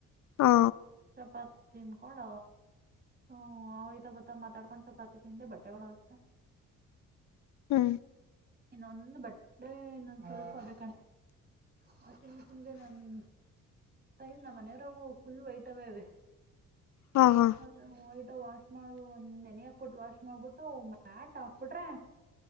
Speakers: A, on the left; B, on the right.
A: ಹಾ
B: ಚಪಾತಿ ತನ್ಕೊಂಡ ಹ್ಮ ಅವಯ್ತ ಬತ್ತ ಮಾತಾಡ್ಕೊಂಡ್ ಸ್ವಲ್ಪತಿ ತಿಿಂದೆ ಬಟ್ಟೆ ಒಡ ಆೋಗುತ್ತೆ
A: ಹ್ಮ
B: ಇನ್ನೊಂದು ಬಡ್ಡೆ ಇನ್ನೊಂದು ಸ್ವಲ್ಪ ಅವ್ರ ಕಾಣ ಹ ಚನ್ ಚಿಂದೆ ನಾನ ಟೈಮ್ ನ ಮನೆಯವರಾಗೂ ಫುಲ್ ವೈಟವ ಇವೆ
A: ಹಾ ಹಾ
B: ಅಟ ಶ್ ಮಾಡ ಒಂದ್ ನೆನೆ ಹಾಕ್ಬಿಟ್ಟ ವಾಶ್ ಮಾಡ್ಬಿಟ್ಟು ಮ್ಯಾಟ್ ಹಾಕ್ಬಿಟ್ರೆ